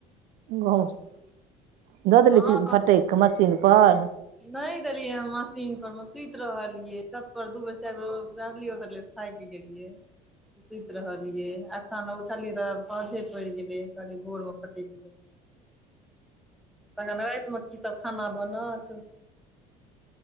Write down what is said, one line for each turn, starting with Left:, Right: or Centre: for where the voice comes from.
Right: गहुम दऽ देली
Centre: हँ
Right: फटकि कऽ मशीन पर
Centre: नहि देलियै मशीन पर मे सुति रहलियै छत पर दू बेर चारि बेर रहलियै ओतरलिहन थाइक गैलिए सुति रहलियै अक्खन उठलियै तऽ साँझे पड़ि गेलै कहलियै भोर मे फटेक तखन रातिमे की सब खाना बनत